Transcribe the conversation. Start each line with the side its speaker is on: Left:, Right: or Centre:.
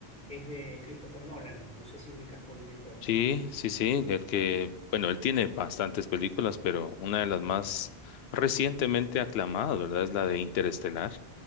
Centre: es de Christopher Nolan. No sé si ubicas por directores.
Left: Sí, sí, sí, el que, bueno, él tiene bastantes películas, pero una de las más recientemente aclamadas, ¿verdad? Es la de Interestelar